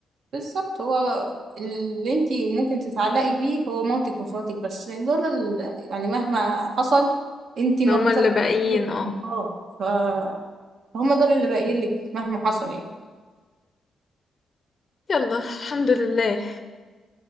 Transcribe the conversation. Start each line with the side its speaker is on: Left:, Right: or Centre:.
Right: بالظبط هو اللي انت ممكن تتعلقي بيه هو مامتك واخواتك بس لأن دول ال- يعني مهما حصل انت مربوطة
Left: هما اللي
Right: بيه
Left: باقيين اه
Right: اه ف- فهم دول اللي باقيين لك مهما حصل يعني
Left: يلا الحمد لله